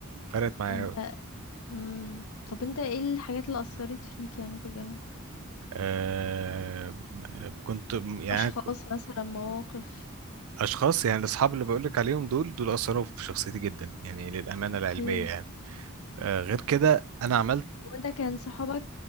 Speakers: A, on the right; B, on the left.
A: فرقت معايا
B: انت
A: أوي
B: مم. طب انت ايه الحاجات اللي اثرت فيك يعني في الجامعة
A: أه كنت م- يعني
B: اشخاص
A: ك-
B: مثلا مواقف
A: أشخاص يعني الأصحاب اللي بقولك عليهم دول دول أثروا في شخصيتي جدا يعني للأمانة
B: اوكي
A: العلمية يعني أه غير كده أنا عملت
B: وانت كان صحابك